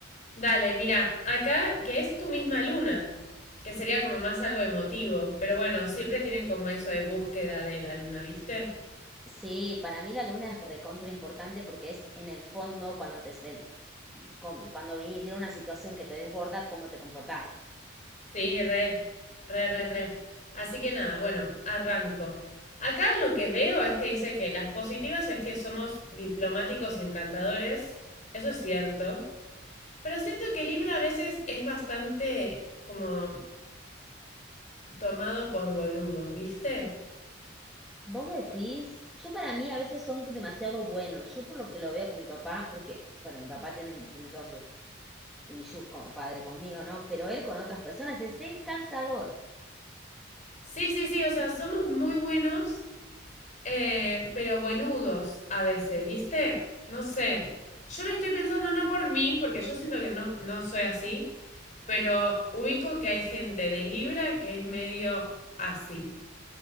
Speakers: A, on the left (about 40°); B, in the centre.
A: Dale, mira, acá que es tu misma luna, que sería como más algo emotivo, pero bueno, siempre tienen como eso de búsqueda de la luna, ¿viste?
B: Sí, para mí la luna es recontra importante porque es en el fondo cuando te ven- con- cuando ve- viene una situación que te desborda, cómo te comportás.
A: Sí, re, re, re, re. Así que nada, bueno, arranco. Acá lo que veo es que dice que las positivas es que somos diplomáticos y encantadores. Eso es cierto. Pero siento que Libra a veces es bastante como tomado por boludo, ¿viste?
B: Vos decís, yo para mí a veces son demasiado buenos. Yo por lo que lo veo con mi papá, porque, bueno, mi papá tiene, tiene todas sus issues como padre conmigo, ¿no? Pero él con otras personas es encantador.
A: Sí, sí, sí, o sea, somos muy buenos, eh, pero buenudos a veces, ¿viste? No sé. Yo lo estoy pensando no por mí, porque yo siento que no, no soy así, pero ubico que hay gente de Libra que es medio así.